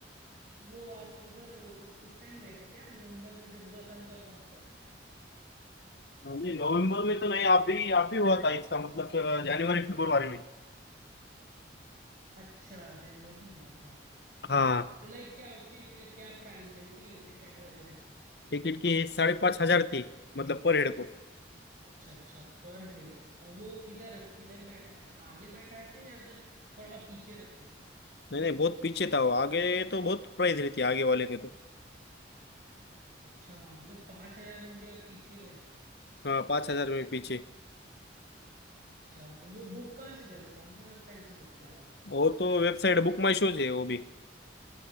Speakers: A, on the right; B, on the left.
A: वो आप उधर उस उस टाइम गए थे क्या नवंबर में जब हुआ था उनका कॉन्सर्ट
B: नहीं नवंबर में तो नहीं आप भी आप ही हुआ था इसका मतलब अ, जनवरी फरवरी में
A: अच्छा जनवरी में हुआ था
B: हाँ
A: तो लाइक क्या उसकी क्या, क्या प्राइस रही थी टिकट वगैरह की
B: टिकट की साढ़े पाँच हजार थी मतलब पर हेड को
A: अच्छा अच्छा पर हेड और वो किधर किधर बैठाए थे आगे बैठाए थे या फिर थोड़ा पीछे रखे थे
B: नहीं नहीं बहुत पीछे था वो आगे तो बहुत प्राइस रहती है आगे वाले के तो
A: अच्छा मतलब पांच हजार में भी आप पीछे गए
B: हाँ पाँच हजार में पीछे
A: अच्छा तो वो बुक कहाँ से किया था कौन सा वेबसाइट से बुक किया था आपने
B: वो तो वेबसाइट बुक माई शोज है वो भी